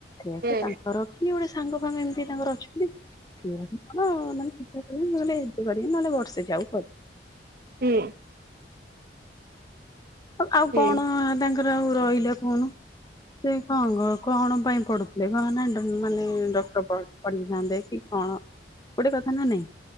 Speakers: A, on the left; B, on the right.
A: ସେଆକୁୁ
B: ହୁଁ
A: ତାଙ୍କର କିଏ ଗୋଟେ ସାଙ୍ଗ ଫାଙ୍ଗ ଏମିତି ତାଙ୍କର ଅଛନ୍ତି। <unintelligible>
B: ହୁଁ।
A: ଆଉ
B: ହୁଁ
A: କଣ ତାଙ୍କର ଆଉ ରହିଲା କହୁନୁ। ସେ କଣ କ କଣ ପାଇଁ ପଢୁଥିଲେ କହ ନା ମାନେ ଡ ଡକ୍ଟର ପ ପଢିଥାନ୍ତେ କି କଣ ଗୋଟେ କଥା ନ ନାଇଁ।